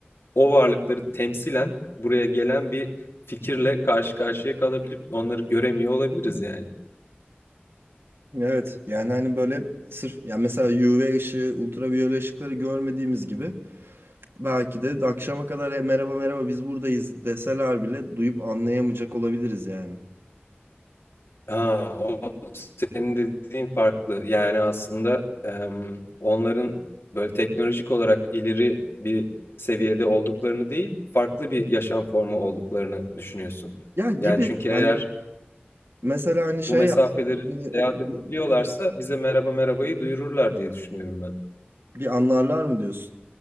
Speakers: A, on the left; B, on the right.
A: o varlıkları temsilen buraya gelen bir fikirle karşı karşıya kalabilip onları göremiyor olabiliriz yani.
B: Evet yani hani böyle sırf yani mesela UV ışığı, ultraviyole ışıkları görmediğimiz gibi belki de akşama kadar "E, merhaba merhaba biz buradayız deseler bile duyup anlayamayacak olabiliriz yani.
A: Ha, o senin dediğin farklı. Yani aslında em, onların böyle teknolojik olarak ileri bir seviyede olduklarını değil, farklı bir yaşam formu olduklarını düşünüyorsun.
B: Ya gibi
A: Yani çünkü eğer
B: yani mesela hani
A: bu
B: şey
A: mesafeleri
B: yapsak şimdi
A: seyahat
B: bu-
A: edebiliyorlarsa bize merhaba merhabayı duyururlar diye düşünüyorum ben.
B: bir anlarlar mı diyorsun?